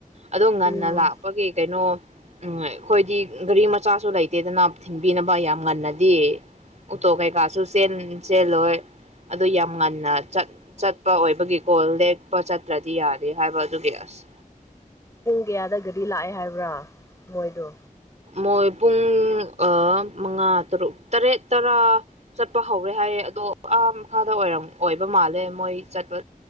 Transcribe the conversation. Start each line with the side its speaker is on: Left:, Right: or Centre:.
Right: ꯑꯗꯣ ꯉꯟꯅ
Left: ꯎꯝ
Right: ꯂꯥꯛꯄꯒꯤ ꯀꯩꯅꯣ ꯎꯝ ꯑꯩꯈꯣꯏꯗꯤ ꯒꯥꯔꯤ ꯃꯆꯥꯁꯨ ꯂꯩꯇꯦꯗꯅ ꯊꯤꯟꯕꯤꯅꯕ ꯌꯥꯝ ꯉꯟꯅꯗꯦ ꯇꯣ ꯀꯩ ꯆꯦꯜꯂꯣꯏ ꯑꯗꯨ ꯉꯟꯅ ꯆꯠꯄ ꯑꯣꯏꯕꯒꯤ ꯀꯒꯣꯜ ꯂꯦꯛꯄ ꯆꯠꯇ꯭ꯔꯗꯤ ꯌꯥꯔꯦ ꯍꯥꯏꯕ ꯑꯗꯨꯒꯤ ꯑꯁ
Left: ꯄꯨꯡ ꯀꯌꯥꯗꯒꯗꯤ ꯂꯥꯛꯑꯦ ꯍꯥꯏꯕ꯭ꯔꯥ ꯃꯣꯏꯗꯣ
Right: ꯃꯣꯏ ꯄꯨꯡ ꯑ ꯃꯉꯥ ꯇꯔꯨꯛ ꯇꯔꯦꯠ ꯇꯔꯥ ꯆꯠꯄ ꯍꯧꯔꯦ ꯍꯥꯏꯌꯦꯦ ꯑꯗꯣ ꯑꯥ ꯃꯈꯥꯗꯔ ꯑꯣꯏꯕ ꯃꯥꯜꯂꯦ ꯃꯣꯏ ꯆꯠꯄ